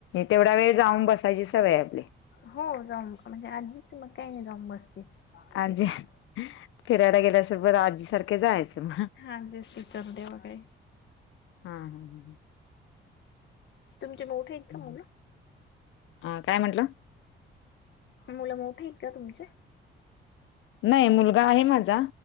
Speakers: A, on the left; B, on the left.
A: तेवढा वेळ जाऊन बसायची सवय आपली.
B: हो जाऊन म्हणजे आजीच मग काय नाही जाऊन बसते.
A: आजी,
B: तिथं
A: फिरायला गेल्या <unintelligible> आजीसार का जायच म.
B: हा आजीच टीचर देवा काय
A: हां हां हां.
B: तुमचे मोठे आहेत
A: हां.
B: का मुल?
A: अ काय म्हंटलं?
B: मुलं मोठी आहेत का तुमचे?
A: नाही मुलगा आहे माझा.